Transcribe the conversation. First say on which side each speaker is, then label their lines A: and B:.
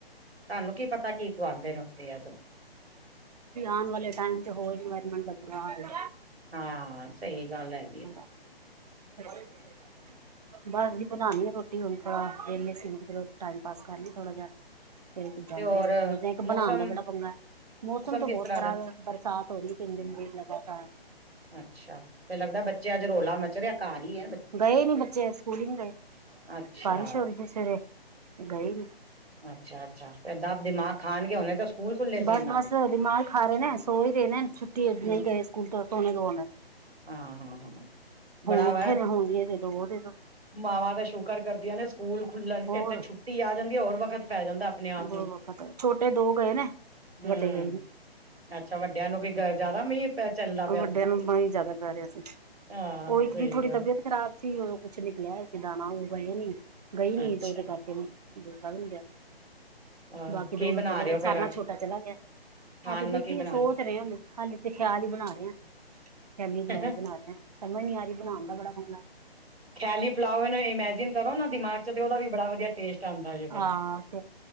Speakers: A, on the right (about 75°); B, on the right (about 40°).
A: ਸਾਨੂੰ ਕੀ ਪਤਾ ਕੀ ਖਵਾਂਦੇ ਨੇ ਓਥੇ ਐ ਸਬ।
B: ਆਨ ਵਾਲੇ ਟੈਮ ਚ ਹੋਰ ਇਨਵਾਰਮੈਂਟ ਦਾ ਬੁਰਾ ਹਾਲ ਏ।
A: ਹਾਂ, ਸਈ ਗੱਲ ਐ।
B: <inaudible> ਬਸ ਜੀ ਬਨਾਨੀ ਆ ਰੋਟੀ ਹੁਨ ਥੋੜਾ ਜਾ ਵੇਲੇ ਸੀ ਮਖਾਂ ਚਲੋ ਟਾਈਮ ਪਾਸ ਕਰ ਲੀਏ ਥੋੜਾ ਜਾ। ਫ਼ਿਰ ਇਕ ਜਾਂਦੇ
A: ਤੇ ਹੋਰ
B: ਹੋਏ ਤੇ ਇੱਕ
A: ਮੌਸਮ
B: ਬਨਾਨ ਦਾ ਬੜਾ ਪੰਗਾ। ਮੌਸਮ ਤੋ
A: ਕਿਸ
B: ਬੋਤ
A: ਤਰ੍ਹਾਂ
B: ਖ਼ਰਾਬ
A: ਦਾ
B: ਐ ਬਰਸਾਤ ਹੋ ਰਈ ਤਿੰਨ ਦਿਨ ਦੀ ਲਗਾਤਾਰ।
A: ਅੱਛਾ ਤੇ ਲੱਗਦਾ ਬੱਚੇ ਅੱਜ ਰੋਲਾਂ ਮਚਰੇਆ ਘਰ ਈ ਐਂ।
B: ਗਏ ਨੀ ਬੱਚੇ ਸਕੂਲ ਈ ਨੀ ਗਏ,
A: ਅੱਛਾ
B: ਬਾਰਿਸ਼ ਹੋ ਰਈ ਸੀ ਸਵੇਰੇ ਗਏ ਨੀ।
A: ਅੱਛਾ-ਅੱਛਾ ਏਦਾਂ ਦਿਮਾਗ਼ ਖਾਨਗੇ ਹੁਨੇ ਤਾਂ ਸਕੂਲ ਖੁੱਲੇ ਸੀ
B: ਬਸ-
A: ਇਹਨਾਂ
B: ਬਸ
A: ਦੇ
B: ਦਿਮਾਗ ਖਾ ਰਹੇਂ ਨੇ ਸੋ ਰਹੇਂ ਨੇ ਛੁੱਟੀ ਹੈਗੀ
A: ਹੂੰ,
B: ਐਂ ਨਈ ਗਏ ਸਕੂਲ ਤਾਂ ਸੋਣੇ ਦੋ ਹਮੇਂ।
A: ਹਾਂ- ਹਾਂ, ਹਾਂ ਬੜਾਂ
B: ਉੱਠੇ
A: ਵੈ।
B: ਨੇ ਹੁਣ ਇਹ ਦੇ ਦੋ ਉਹ ਦੇ ਦੋ
A: ਮਾਵਾਂ ਤੇ ਸ਼ੁਕਰ ਕਰਦੀਆਂ ਨੇ ਸਕੂਲ ਖੁੱਲਣ
B: ਹੋਰ
A: ਇੱਥੇ ਛੁੱਟੀ ਆਂ ਜਾਂਦੀ ਹੈ ਹੋਰ ਵਕਤ ਪੈ ਜਾਂਦਾ। ਆਪਣੇ ਆਪ
B: ਬੋਤ
A: ਨੂੰ
B: ਵਕਤ ਏ ਛੋਟੇ ਦੋ ਗਏ ਨੇ,
A: ਹਮ
B: ਵੱਡੇ ਗਏ ਨੀਂ।
A: ਅੱਛਾ ਵੱਡਿਆਂ ਨੂੰ ਕੋਈ ਜਾ਼ਦਾ ਮੀਂਹ ਚੱਲਦਾ ਪਿਆਂ
B: ਵੱਡਿਆਂ
A: ਸੀ।
B: ਨੂੰ ਬੜਾ ਹੀ ਜ਼ਿਆਦਾ ਰਿਹਾ ਸੀ
A: ਹਾਂ
B: ਉਹ ਇੱਕ
A: ਸਹੀ
B: ਦੀ ਥੋੜੀ
A: ਗੱਲ
B: ਤਬੀਅਤ ਖ਼ਰਾਬ, ਸੀ ਉਦੋਂ ਕੁੱਛ ਨਿਕਲ਼ਿਆ ਸੀ ਦਾਣਾ ਉਹ ਗਏ ਨੀ ਗਈਂ ਨੀ
A: ਅੱਛਾ
B: ਤੇ ਉਹਦੇ ਕਰਕੇ, ਦੂਸਰਾ ਵੀ ਨੀ ਗਿਆ।
A: ਹੋਰ
B: ਬਾਕੀ
A: ਕੀ
B: ਦੋਨੋਂ
A: ਬਣਾ
B: ਚਲੇ
A: ਰਹੇ
B: ਗਏ,
A: ਹੋ ਫੇਰ
B: ਸਾਰਿਆਂ
A: ਅੱਜ
B: ਛੋਟਾ ਚਲਾ ਗਿਆਂ,
A: ਖਾਣ
B: ਅੱਜ ਦੇਖੀਏ
A: ਨੂੰ ਕੀ ਬਣਾ
B: ਸੋਚ ਰਹੇਂ ਹਾਲੇ। ਹਾਲੇ ਤੇ ਖ਼ਿਆਲ ਹੀ ਬਣਾ ਰਹੇਂ ਹਾਂ ਖ਼ਿਆਲੀ
A: ਰਹੇ
B: ਪਲਾਓ ਬਣਾਂ ਰਹੇਂ ਆ ਸਮਝ ਨੀ ਆ ਰਹੀਂ ਬਣਾਨ ਦਾ ਬੜਾਂ ਪੰਗਾਂ ਐ।
A: ਖ਼ਿਆਲੀ ਪਲਾਓ ਹੋਏ ਨਾ ਇਹ ਮੈਜ਼ਨ, ਕਰੋ ਨਾ ਦਿਮਾਗ਼ ਚ ਤੇ ਉਹਦਾ ਵੀ ਬੜਾਂ ਵਧੀਆਂ ਟੇਸਟ ਆਂਦਾ ਹੈ ਜੇ ਫੇਰ,
B: ਹਾਂ